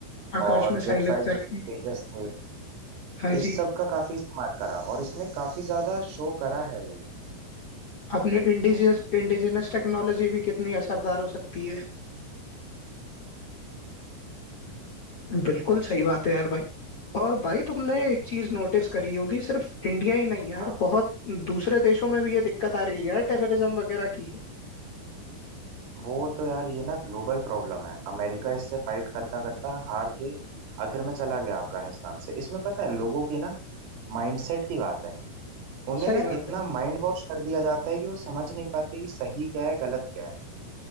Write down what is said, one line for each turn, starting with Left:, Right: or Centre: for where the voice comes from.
Left: आकाश
Right: और
Left: मिसाइल
Right: जेट फाइटर्स
Left: एग्जैक्टली
Right: में तेजस थे
Left: हाँ जी
Right: इस सब का काफी इस्तेमाल करा और इसने काफी ज्यादा शो करा है वो
Left: अपनी इंडिजियस इंडिजिनस टेक्नोलॉजी भी कितनी असरदार हो सकती है बिल्कुल सही बात है यार भाई। और भाई तुमने एक चीज नोटिस करी होगी सिर्फ इंडिया ही नहीं यार
Right: हाँ
Left: बहुत दूसरे देशों में भी ये दिक्कत आ रही है यार, टेररिज्म वगैरह की
Right: वो तो यार ये ना ग्लोबल प्रॉब्लम है अमेरिका इससे फाइट करता करता हार के आखिर में चला गया अफगानिस्तान से इसमें पता है लोगों की ना माइंडसेट की बात है उन्हें
Left: सही
Right: ना
Left: बात
Right: इतना
Left: है
Right: माइंड वॉश कर दिया जाता है कि वो समझ नहीं पाते कि सही क्या है गलत क्या है